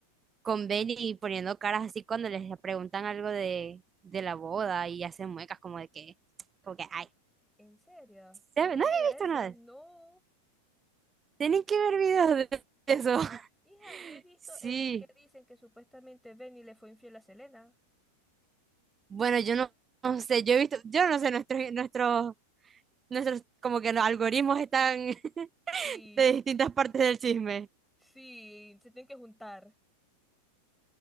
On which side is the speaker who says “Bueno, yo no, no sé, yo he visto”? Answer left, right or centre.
Right